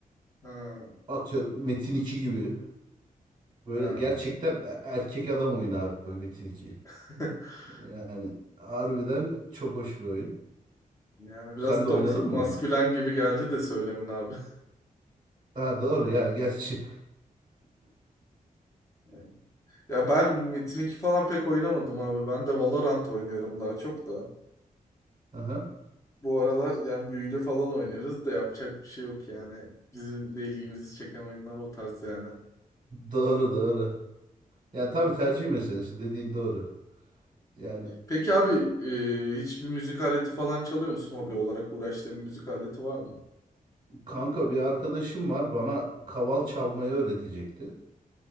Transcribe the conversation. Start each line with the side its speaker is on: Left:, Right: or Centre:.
Left: Ha,
Right: Atıyorum Metin iki gibi. Böyle
Left: ha.
Right: gerçekten e- erkek adam oyunu abi Metin 2.
Left: <laughs>
Right: Yani harbiden çok hoş bir oyun.
Left: Yani biraz
Right: Sen de
Left: toksik
Right: oynadın mı
Left: maskülen
Right: onu?
Left: gibi geldi de söylemin abi. <laughs>
Right: Ha doğru ya gerçi.
Left: Yani. Ya ben Metin 2 falan pek oynamadım abi. Ben de Valorant oynuyorum daha çok da.
Right: Aha.
Left: Bu aralar yani büyülü falan oynuyoruz da yapacak bir şey yok yani. Bizim de ilgimizi çeken oyunlar o tarz yani.
Right: Doğru doğru. Yani tabii tercih meselesi dediğin doğru. Yani
Left: Peki abi e, hiçbir müzik aleti falan çalıyor musun hobi olarak uğraştığın bir müzik aleti var mı?
Right: kanka bir arkadaşım var bana kaval çalmayı öğretecekti.